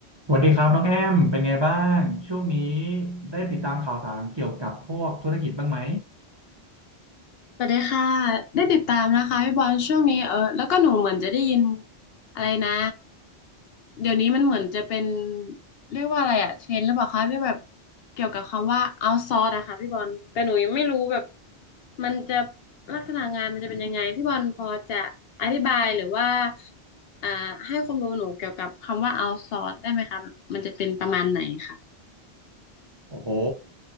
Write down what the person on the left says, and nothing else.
สวัสดีค่ะได้ติดตามนะคะพี่บอลช่วงนี้เออแล้วก็หนูเหมือนจะได้ยินอะไรนะเดี๋ยวนี้มันเหมือนจะเป็นเรียกว่าอะไรอะเทรนด์หรือเปล่าคะที่แบบเกี่ยวกับคำว่า outsource อะค่ะพี่บอลแต่หนูยังไม่รู้แบบมันจะลักษณะงานมันจะเป็นยังไงพี่บอลพอจะอธิบายหรือว่าอ่าให้ความรู้หนูเกี่ยวกับคำว่า outsource ได้ไหมคะแบบมันจะเป็นประมาณไหนค่ะ